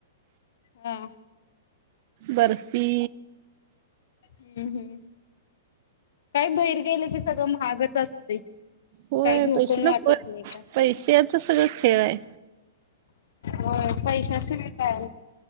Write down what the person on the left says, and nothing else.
हा.
हम्, हम्. काय बाहेर गेलं कि सगळं महागच असतय.
काय घेऊ
पण वाटत
नाही, काय.
होय, पैशाशिवाय काय आहे?